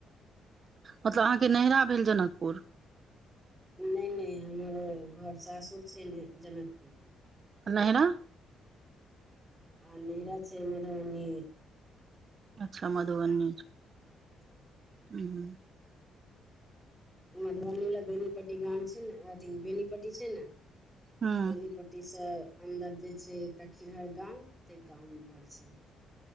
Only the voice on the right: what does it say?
मतलब अहाँके नैहरा भेल जनकपुर
नहिरा
अच्छा मधुबनी छै
हुन
हँ